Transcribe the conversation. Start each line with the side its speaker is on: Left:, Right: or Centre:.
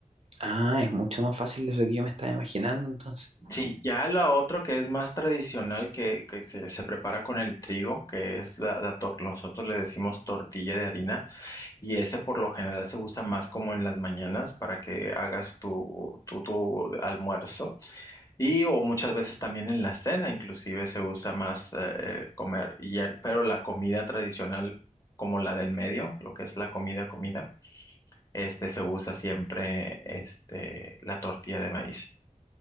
Right: Ah, es mucho más fácil de lo que yo me estaba imaginando entonces.
Left: Sí, ya la otro que es más tradicional, que, que se, se prepara con el trigo, que es la, la tor- nosotros le decimos tortilla de harina Y ese por lo general se usa más como en las mañanas para que hagas tu, tu, tu almuerzo. Y o muchas veces también en la cena inclusive se usa más eh, eh, comer. Y ya- pero la comida tradicional como la del medio, lo que es la comida, comida, este se usa siempre este, la tortilla de maíz.